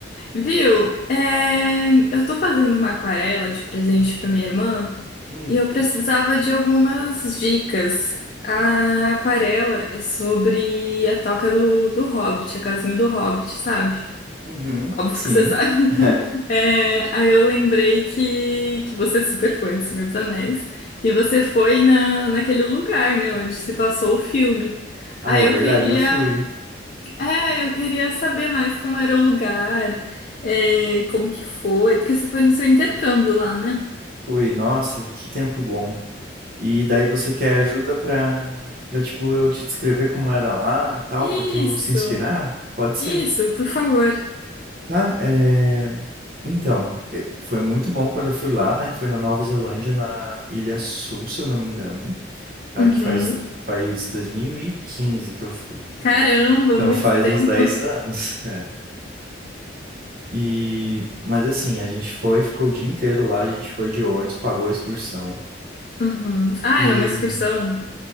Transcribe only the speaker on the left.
Viu? É, Eu tô fazendo uma aquarela de presente pra minha irmã
e eu precisava de algumas dicas. A aquarela é sobre a toca do, do Hobbit, a casinha do Hobbit, sabe?
Óbvio
que você sabe. <laughs>
É, aí eu lembrei que, que você é super fã de Senhor dos Anéis. E você foi na, naquele lugar, né, onde se passou o filme.
Aí
eu
queria.
É, eu queria saber mais como era o lugar, é, como que foi, porque você foi no seu intercâmbio lá, né?
Isso,
isso, por favor.
Uhum.
Caramba,
muito
tempo.
Uhum. Ah,
era uma excursão?